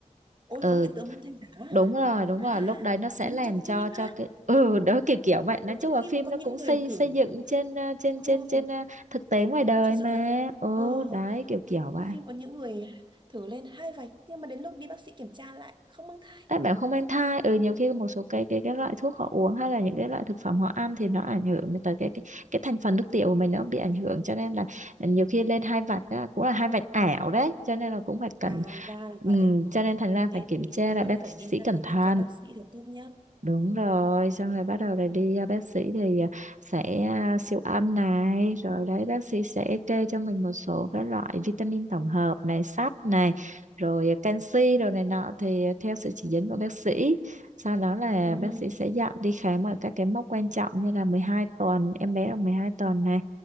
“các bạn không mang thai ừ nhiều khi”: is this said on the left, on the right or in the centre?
Right